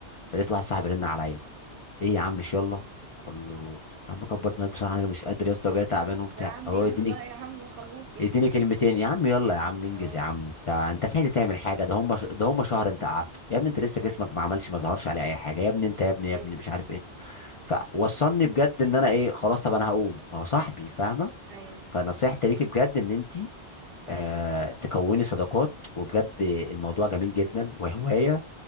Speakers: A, on the left (about 50°); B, on the right (about 80°).
A: فلقيت واحد صاحبي رن عليا ايه يا عم مش يلا اقول له يا عم كبر دماغك بصراحه انا مش قادر يا اسطى وجاي تعبان وبتاع
B: يا عم
A: هو
B: يلا
A: يديني
B: بقى يا عم خلصنا
A: يديني
B: <laughs>
A: كلمتين يا عم يلا يا عم انجز
B: اه
A: يا عم انت انت لحقت تعمل حاجه ده هم ش... ده هم شهر انت قعدته يا ابني انت لسه جسمك ما عملش ما ظهرش عليه اي حاجه يا ابني انت يا ابني يا
B: ايوه
A: ابني مش عارف ايه فوصلني بجد ان انا ايه خلاص طب انا هقوم ما هو صاحبي فاهمه
B: ايوه
A: فنصيحتي ليكي بجد ان انت آه تكوني صداقات وبجد الموضوع جميل جدا وهوايه